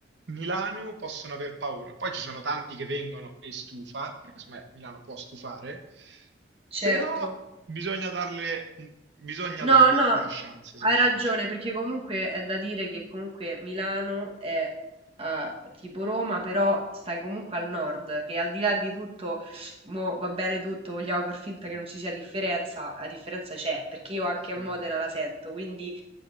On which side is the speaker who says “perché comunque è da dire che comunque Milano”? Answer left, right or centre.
Right